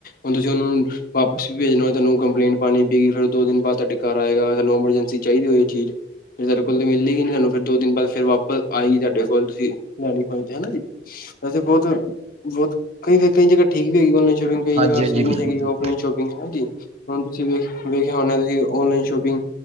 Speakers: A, on the left; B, on the right.
A: ਹੁਣ ਤੁਸੀਂ ਉਹਨੂੰ ਵਾਪਿਸ ਵੀ ਭੇਜਣਾ ਹੋਵੇ, ਕੰਪਲੇਂਟ ਪਾਉਣੀ ਪਈਗੀ ਫਿਰ ਦੋ ਦਿਨ ਬਾਅਦ ਤੁਹਾਡੇ ਘਰ ਆਏਗਾ ਸਾਨੂੰ ਐਮਰਜੈਂਸੀ ਚਾਹੀਦੀ ਹੋ ਇਹ ਚੀਜ਼। ਫਿਰਰਡੇਲ ਮਿਲਦੀ ਨ ਨਹੀਂੀਾਨੂੰ ਫਿਰ ਦੋ ਦਿਨ ਬਾ ਫਿਰ ਵਾ <inaudible> ਆਈ ਤੁਹਾਡੇ ਕੋਲ ਤੁਸੀਂ ਲੈਣੀ ਹੋਣੀ ਤੇ ਹੈਾ ਜੀ। ਵੈਸੇ ਬਹੁਤ ਬਹੁਤ ਕਈ ਕਈ ਜਗ੍ਹਾ ਠੀਕ ਹੈਗੀ ਔਨਲਾਈਨ ਸ਼ੋਪਿੰਗ ਕਈ
B: ਹਾਂਜੀ
A: ਜਗ੍ਹਾ
B: ਹਾਂਜੀ
A: ਸਹੀ
B: ਬਿਲਕੁਲ
A: ਨਹੀਂ ਹੈਗੀ ਔਫਲਾਈਨ ਸ਼ੋਪਿੰਗ ਨਾ ਹਾਂਜੀ ਹੁਣ ਤੁਸੀਂ ਵਖ ਵੇਖਿਆ ਹੋਣਾ ਤੁਸੀਂ ਔਨਲਾਈਨ ਸ਼ੋਪਿੰਗ?